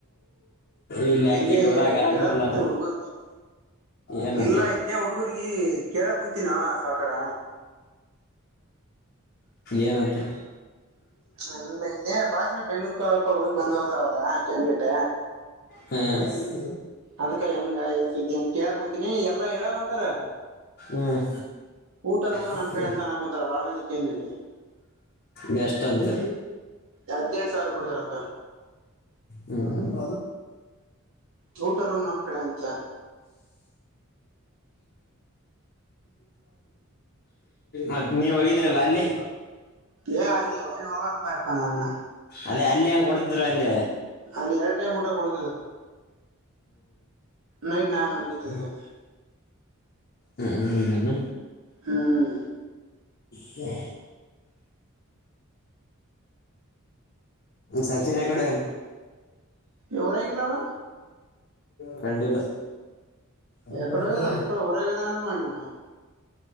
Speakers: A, on the left; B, on the right.
A: ಇಲ್ಲಕ್ಕಿ
B: ಇಲ್ಲೇ
A: ನೂರ ಆ ಕರರಲ್ಲದು
B: ಕೇಳಕ್ ಕುಂತೆ ಹುಡುಗರ್ಗೆ
A: ಇನಂತ
B: ಇಲ್ಲ ಇಲ್ಲೇ ಹುಡ್ಗರ್ಗಿ ಕೇಳಕ್ ಕುಂತೀನ ಸಾವಕಾರ
A: ಏನಂತೆ
B: ಅಲ್ಲ ಇಲ್ಲೇ ಭಾಷಣ ಬೆಂಗ್ಳೂರ್ಕಕ ಹೋಗಿ ಬಂದ ಹದಾವಲ್ಲ ಕ್ಯಾಂಡಟ
A: ಹ್ಮ
B: ಅದ್ಕ ಹೆಂಗ ಏನ್ ಸುದ್ದಿ ಅಂತ ಕೇಳಕ್ ಕುಂತೀನಿ ಎಲ್ಲಾ ಹೇಳಾವಂತಾರ
A: ಹ್ಮ್
B: ಊಟ ರೂಮ
A: ಹ್ಮ್
B: ನಮ್ ಕಡೆ ಅಂತಾಕ ಕುಂತಾರ ಬಾಳ್ಮನಿಕನ ಇಲ್ಲಿ
A: ಗಸ್ಟ್ ಅಂತ
B: ಹದ್ನೆಂಟು ಸಾವಿರ ಕೊಡ್ತಾರಂತ
A: ಹ <inaudible>
B: ಊಟ ರೂಮ್ ನಮ್ ಕಡೆ ಅಂತ
A: ಮತ್ತೆ ನೀವ ಹೋಗಿದ್ದೀರಲ್ಲ ಅಲ್ಲಿ
B: ಏ ಅಲ್ಲಿ ಒಳ್ಳೆ ಹೋಗಲ್ಲಪ್ಪ ಯಪ್ಪ ನಾನು
A: ಅದೇ ಅಲ್ಲಿ ಹೆಂಗಗೆ ಕೊಡ್ತಿದ್ರು ಹಂದೆ
B: ಅಲ್ಲಿ ಎರಡು ಟಮ್ ಊಟ ಕೊಡ್ ನೈಟ್ ನಾವೇ ಮಾಡ್ಕತಿದ್ವಿ
A: ಹಾ ಹ್ಮ್
B: ಹ್ಮ್
A: ಹ ಸಚಿನ್ ಎಕಡೆನು
B: ಎವರಂಗಿಲ್ಲವಾ
A: ಕಂಡಿಲ್ಲ ಹ
B: ಯಕಡೆ ಹೋಗ್ಯಾನಪ್ಪ
A: ನಳ
B: ಊರಾಗದಾನ ಅಂತ ಮಾಡಿನ